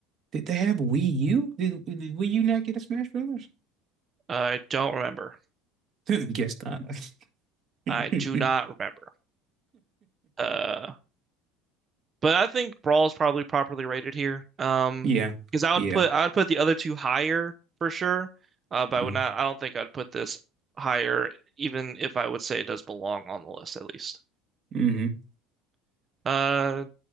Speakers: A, on the right; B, on the right.
A: Did they have Wii U? Did, did Wii U not get a Smash Brothers?
B: I don't remember.
A: <laughs> Guess not.
B: I
A: <laughs>
B: do not remember. Uh, but I think Brawl is probably properly rated here. Um,
A: Yeah.
B: because I
A: Yeah.
B: would put, I would put the other two higher for sure. Uh, but I
A: Mm-hmm.
B: would not, I don't think I'd put this higher, even if I would say it does belong on the list at least.
A: Mm-hmm.
B: Uh,